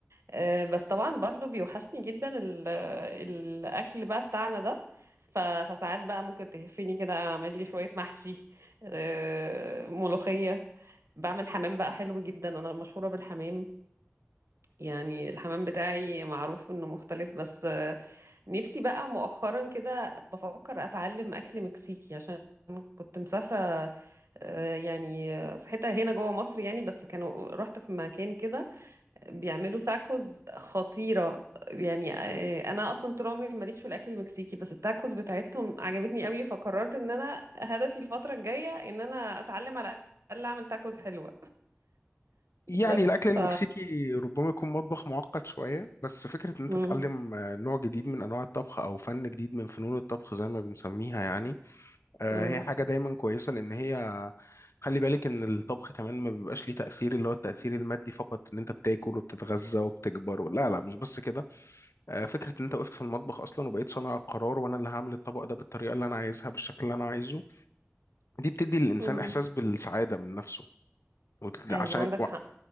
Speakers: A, on the right (about 80°); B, on the left (about 80°).
A: آه، بس طبعا برضو بيوحشني جدا ال- الأكل بقى بتاعنا ده ف- فساعات بقى ممكن تهفني كده أعمل لي شوية محشي آه، ملوخية بعمل حمام بقى حلو جدا انا مشهورة بالحمام يعني الحمام بتاعي معروف انه مختلف بس آه، نفسي بقى مؤخرا كده بفكر اتعلم اكل مكسيكي عشان كنت مسافرة آه، يعني آه، في حتة هنا جوه مصر يعني بس كانوا رحت في مكان كده بيعملوا تاكوز خطيرة يعني آه، انا اصلا طول عمري ماليش في الاكل المكسيكي بس التاكوز بتاعتهم عجبتني قوي فقررت ان انا هدفي الفترة الجاية ان انا اتعلم على الاقل اعمل تاكوز حلوة
B: يعني
A: بس
B: الأكل المكسيكي
A: ف
B: ربما يكون مطبخ معقد شوية بس فكرة إن أنت
A: مم.
B: تتعلم آه، نوع جديد من أنواع الطبخ أو فن جديد من فنون الطبخ زي ما بنسميها يعني آه،
A: مم.
B: هي حاجة دايما كويسة لأن هي خلي بالك إن الطبخ كمان ما بيبقاش ليه تأثير اللي هو التأثير المادي فقط إن أنت بتاكل وبتتغذى وبتكبر و... لا لا مش بس كده آه، فكرة إن أنت وقفت في المطبخ أصلا وبقيت صانع القرار وأنا اللي هعمل الطبق ده بالطريقة اللي أنا عايزها بالشكل اللي أنا عايزه دي بتدي للإنسان
A: مم.
B: إحساس بالسعادة من نفسه وت-
A: ايوه
B: عشان
A: عندك حق